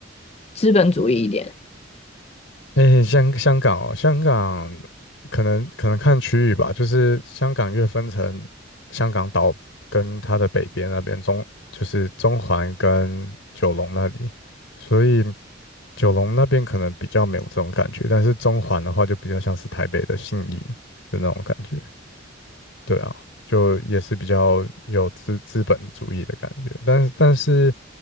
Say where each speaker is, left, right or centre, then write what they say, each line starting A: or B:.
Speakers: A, on the left; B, on the left.
A: 资本主义一点。
B: 诶，香香港哦，香港可能可能看区域吧，就是香港越分成香港岛跟它的北边那边中就是中环跟九龙那里，所以九龙那边可能比较没有这种感觉，但是中环的话就比较像是台北的信义的那种感觉。对啊，就也是比较有资资本主义的感觉，但是但是